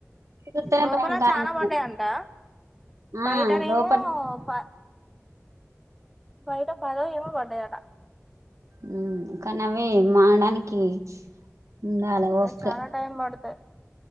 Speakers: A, on the right (about 75°); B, in the centre.
A: చూస్తేనే
B: లోపల
A: భయంకరంగా
B: చానా
A: ఉన్నది
B: పడ్డైయంట
A: ఆ
B: బయటనేమో
A: లోపట
B: ప బయట పదొ ఏమో పడ్డైయాట
A: హు కానీ ఆవే మానడానికి ఉండాలి
B: అది
A: ఓపిక
B: చాలా టైమ్ పడతది